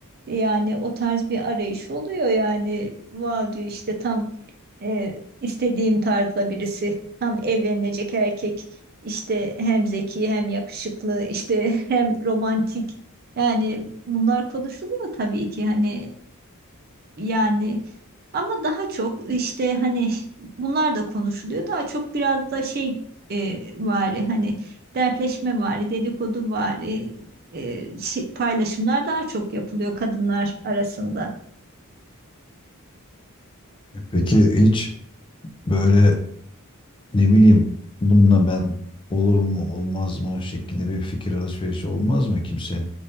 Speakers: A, on the right; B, on the left.
A: yani o tarz bir arayış oluyor yani vav diyor işte tam e, istediğim tarzda birisi. Tam evlenilecek erkek. İşte hem zeki hem yakışıklı işte <laughs> hem romantik. Yani bunlar konuşuluyor tabii ki hani e, yani ama daha çok işte hani bunlar da konuşuluyor. Daha çok biraz da şey e, vari hani dertleşme vari dedikodu vari e, şey- paylaşımlar daha çok yapılıyor kadınlar arasında.
B: E Peki hiç böyle ne bileyim bununla ben olur mu olmaz mı şeklinde bir fikir alışverişi olmaz mı kimse?